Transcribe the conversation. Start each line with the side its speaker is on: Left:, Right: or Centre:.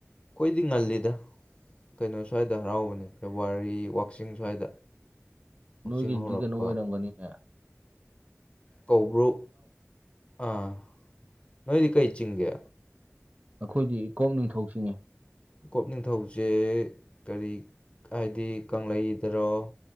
Left: ꯑꯩꯈꯣꯏꯗꯤ ꯉꯜꯂꯤꯗ ꯀꯩꯅꯣ ꯁ꯭ꯋꯥꯏꯗ ꯍꯔꯥꯎꯕꯅꯦ ꯐꯦꯕꯋꯥꯔꯤ ꯋꯥꯛꯆꯤꯡ ꯁ꯭ꯋꯥꯏꯗ ꯋꯥꯛꯆꯤꯡ
Right: ꯅꯣꯏꯒꯤꯗꯤ
Left: ꯍꯧꯔꯛꯄ
Right: ꯀꯩꯅꯣ ꯑꯣꯏꯔꯝꯒꯅꯤꯅꯦ
Left: ꯀꯧꯕ꯭ꯔꯨ ꯑꯥ ꯅꯣꯏꯗꯤ ꯀꯩ ꯆꯤꯡꯒꯦ
Right: ꯑꯈꯣꯏꯗꯤ ꯏꯀꯣꯛ ꯅꯤꯡꯊꯧ ꯆꯤꯡꯉ‌ꯦ
Left: ꯏꯀꯣꯛ ꯅꯤꯡꯊꯧꯁꯦ ꯀꯔꯤ ꯍꯥꯏꯗꯤ ꯀꯪꯂꯩꯗꯔꯣ